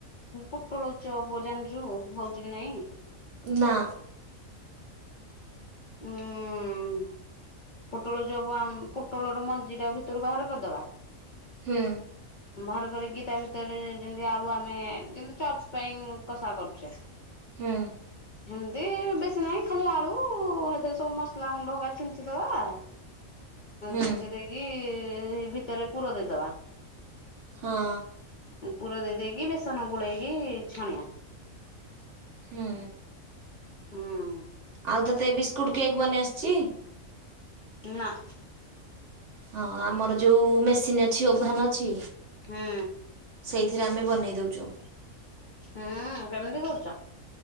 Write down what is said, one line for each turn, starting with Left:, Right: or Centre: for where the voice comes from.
Left: ପୋଟଳ ଚପ ଜାଣିଛୁ ହଉଛି କି ନାଇଁ?
Right: ନା।
Left: ହୁଁ ହୁଁ। ପୋଟଳ ଯ ପୋଟଳ ର ମଞ୍ଜି ଟା ଭିତରୁ ବାହାର କରିଦବା।
Right: ହୁଁ।
Left: ବାହାର କରିକି ତା ଭିତରେ ଯେମତି ଆଳୁ ଆମେ ଯେମିତି ଚପ ପାଇଁ କଷା କରୁଛେ। ହଁ।
Right: ହଁ।
Left: ଏମିତି ବେଶୀ ନାହିଁ ଖାଲି ଆଳୁ ଏତ ସବୁ ମସଲା ଗୁଣ୍ଡା <unintelligible> ଦବା
Right: ହୁଁ
Left: ଛିଞ୍ଚି ଦେଇକି ଭିତରେ ପୁର ଦେଇଦବା।
Right: ହଁ।
Left: ପୁର ଦେଇ ଦେଇକି ବେସନ ଗୋଳେଇକି ଛାଣିଆ।
Right: ହୁଁ।
Left: ହୁଁ।
Right: ଆଉ ତୋତେ ବିସ୍କୁଟ୍ କେକ୍ ବନେଇ ଆସିଚି?
Left: ନାଁ।
Right: ହଁ ଆମର ଯୋଉ ମେସିନ୍ ଅଛି ଓଭାନ ଅଛି।
Left: ହୁଁ
Right: ସେଇଥିରେ ଆମେ ବନେଇ ଦଉଚୁ।
Left: ହୁଁ କେମିତି <unintelligible>